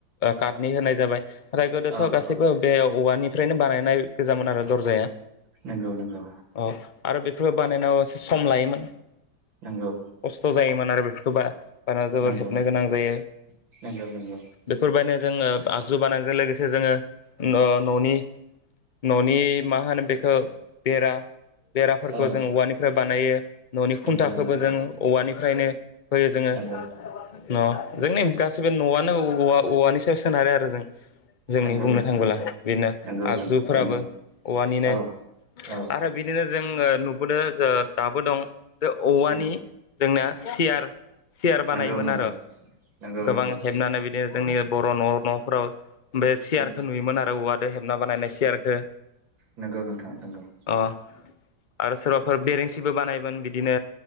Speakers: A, on the left; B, on the right.
A: काद नि होनाय जाबाय नाथाय गोदोथ'
B: औ
A: गासैबो
B: औ
A: बे औवानिफ्रायनो बानायनाय गोजामोन आरो दरजाया
B: नंगौ नंगौ
A: अ आरो बेफोरखौ बानायनायाव एसे सम लायोमोन
B: नंगौ
A: खस्थ' जायोमोन आरो बेफोरखौ बा- बाना जोबोर
B: नंगौ
A: हेबनो गोनां जायो
B: नंगौ नंगौ
A: बेफोरबायदिनो जोङो आगजु बानायजों लोगोसे जोङो ओ न' न'नि न'नि मा होनो बेखौ बेरा बेराफोरखौ
B: औ
A: जों औवानिफ्राय बानायो न'नि
B: नंगौ
A: खुन्थाखौबो
B: नंगौ
A: जों औवानिफ्रायनो होयो जोङो
B: नंगौ
A: न' जोंनि गासैबो न'आनो औवा औवानि सायाव सोनारो आरो जों जोंनि
B: नंगौ
A: बुंनो
B: नोंथां
A: थाङबोला बिदिनो
B: नंगौ
A: आगजुफोराबो
B: नंगौ नंगौ
A: औवानिनो
B: औ औ
A: आरो बिदिनो जों ओ नुबोदो जो ओ दाबो दं बे औवानि
B: नंगौ
A: जोंना सियार सियार
B: नंगौ
A: बानायोमोन
B: नंगौ
A: आरो
B: नंगौ
A: गोबां
B: नंगौ
A: हेबनानै बिदिनो जोंनि बर' न' न'फोराव बे सियारखौ
B: नंगौ
A: नुयोमोन आरो औवादो हेबना बानायनाय सियारखो
B: नंगौ नोंथां नंगौ
A: अ आरो सोरबाफोर बेरेंसिबो बानायोमोन बिदिनो